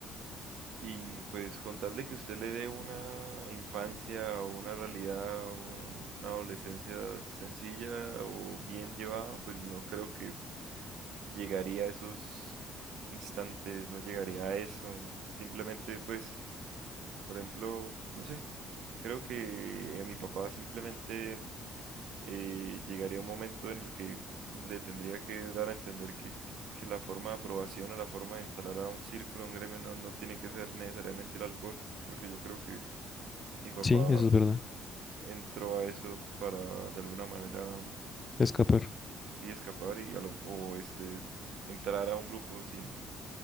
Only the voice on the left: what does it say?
Sí, eso es verdad.
Escapar.